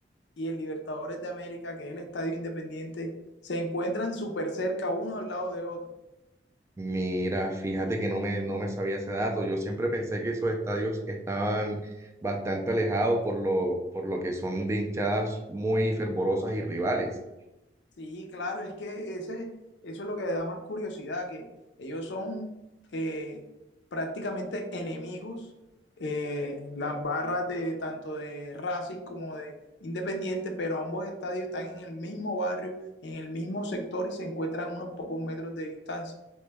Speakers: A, on the left; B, on the right.
A: y el Libertadores de América, que es el estadio independiente, se encuentran súper cerca uno al lado de otro?
B: mira, fíjate que no me, no me sabía ese dato. Yo siempre pensé que esos estadios estaban bastante alejados por lo, por lo que son de hinchadas muy fervorosas y rivales.
A: Sí, claro, es que ese, eso es lo que da más curiosidad, que ellos son eh, prácticamente enemigos, eh, las barras de tanto de Racing como de Independiente, pero ambos estadios están en el mismo barrio, en el mismo sector y se encuentran a unos pocos metros de distancia.